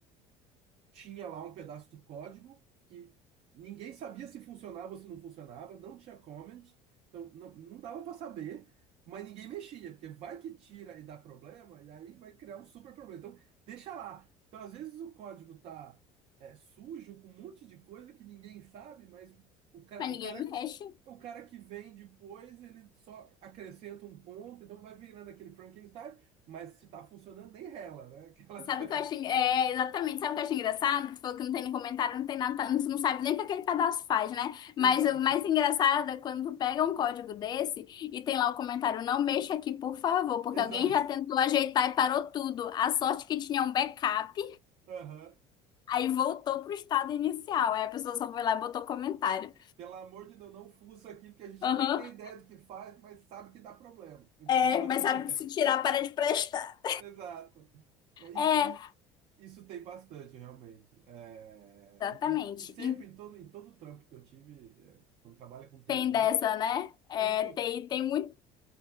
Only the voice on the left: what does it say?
Mas
ninguém
mexe.
Sabe
o que eu acho? en- É, exatamente. Sabe o que eu acho engraçado? Que tu falou que não tem nem comentário, não tem nada, tu não sabe nem o que aquele pedaço faz, né?
Mas o mais engraçado é quando tu pega um código desse e tem lá o comentário, não mexa aqui, por favor, porque
alguém já tentou ajeitar e parou tudo. A sorte que tinha um backup,
aí voltou pro estado inicial. Aí a pessoa só foi lá e botou comentário.
Aham.
É,
mas sabe
que se tirar, para de prestar.
É,
exatamente.
E
Tem dessa, né? É,
tem, tem muito.